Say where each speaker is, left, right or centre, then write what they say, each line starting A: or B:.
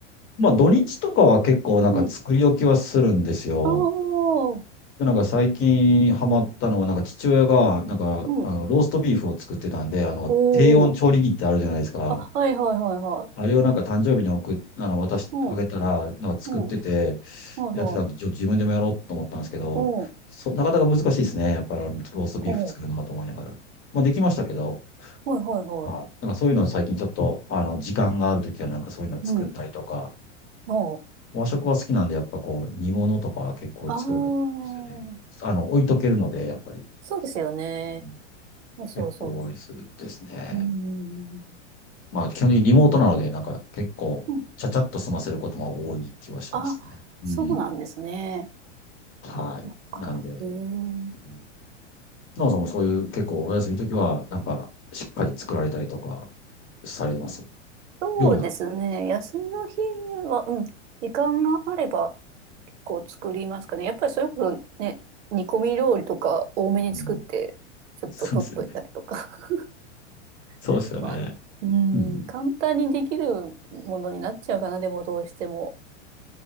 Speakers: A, on the left (about 35°); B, on the right (about 75°).
A: い、まあ土日とかは結構なんか作り置きはするんですよ。
B: うん。ああ。
A: で、なんか最近ハマったのは、なんか父親がなんかあのローストビーフを作ってたんで、
B: うん。
A: あの低温調理器ってあるじゃないですか。
B: おお。あ、はいはいはいは
A: あれをなんか誕生日に送っ、あの渡し、
B: い。うん。
A: あげたら、なんか作ってて、
B: うん。はいはい。
A: やってたんで、ちょ自分でもやろうと思ったんですけど、
B: うん。
A: そ、なかなか難しいですね。やっぱりあのローストビーフ作るのかと思いながら。
B: おお。
A: まあできましたけど、
B: はいはいはい。
A: あ、なんかそういうの最近ちょっと、あの、時間があるときはなんかそういうの作ったりとか、
B: うん。も
A: 和食は好きなんで、やっぱこう、煮物とかは結構作るんですよね。
B: う、ああ、
A: あの、置いとけるので、やっぱり、
B: そうですよね。
A: うん
B: そうそうそ
A: 結構多いですですね。
B: う。うん。
A: まあ、基本的にリモートなので、なんか結構、
B: うん。
A: ちゃちゃっと済ませることが多い気はしますね。
B: あ、
A: うん。
B: そうなんですね。
A: はい。
B: そっか。
A: なんで、う
B: えー
A: んなおさんもそういう結構お休みの時は、なんか、しっかり作られたりとかされてます。
B: そうですね。
A: 料理は、
B: 休みの日は、うん。時間があれば結構作りますかね。やっぱりそれこそね、煮込み料理とか多めに作って、
A: うん、
B: ちょっと取っといたりとか。
A: そうですよね。そうですよね。
B: <laughs> まあ、う
A: うん。
B: ん。簡単にできるものになっちゃうかな、でもどうしても。